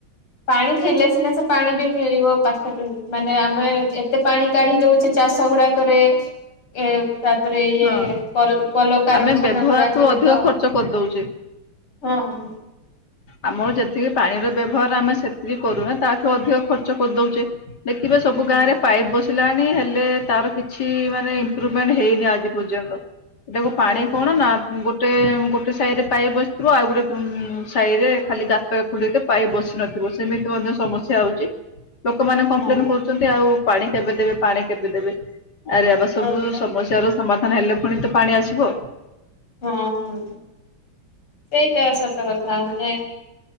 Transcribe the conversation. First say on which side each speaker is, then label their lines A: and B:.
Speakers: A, on the left; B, on the left.
A: ପାଣି ଥିଲେ ସିନା ସେ ପାଣି ବି ମିଳିବ ପାଖରେ ହିଁ ମାନେ ଆମେ ଏତେ ପାଣି କାଢି ଦଉଛେ ଚାଷ ଗୁଡାକରେ ଏ ତାପରେ ଇଏ
B: ହଁ
A: କଲକାରଖାନା
B: ଆମେ ବ୍ୟବହାରଠୁ
A: ଗୁଡାକରେ
B: ଅଧିକ
A: ତ
B: ଖର୍ଚ୍ଚ କରିଦଉଛେ
A: ହଁ ହ।
B: ଆମର ଯେତିକି ପାଣିର ବ୍ୟବହାର ଆମେ ସେତିକି କରୁନ ତାଠୁ ଅଧିକ ଖର୍ଚ୍ଚ କରିଦଉଛେ। ଦେଖିବେ ସବୁ
A: ହୁଁ
B: ଗାଁରେ ପାଇପ୍ ବସିଲେ ହେଲେ ତାର କିଛି ମାନେ ଇମ୍ପୃଭମେଣ୍ଟ ହେଇନି ଆଜି ପର୍ଯ୍ୟନ୍ତ। ସେଟାକୁ ପାଣି
A: ହଁ
B: କଣ
A: ହଁ
B: ନା ଗୋଟେ ଗୋଟେ ସାଇଡରେ ପାଇ ବସିଥିବ ଆଉ ଗୋଟେ ଉ ସାହି ରେ ଖାଲି ଦା ଖୋଳ ପାଇ ବସି ନଥିବ ସେମିତି ମଧ୍ୟ ସମସ୍ୟା ହଉଛି। ଲୋକମାନେ କମ୍ପ୍ଲେନ
A: ହଁ
B: କରୁଛନ୍ତି ଆଉ ପାଣି କେବେ ଦେବେ ପାଣି କେବେ ଦେବେ? ଆରେ ଏବା ସବୁ
A: ହଁ ପରା
B: ସମସ୍ୟ ର ସମାଧାନ ହେଲେ ପୁଣି ତ ପାଣି ଆସିବ।
A: ହଁ ହଁ ସେଇଟା ସତ କଥା ମାନେ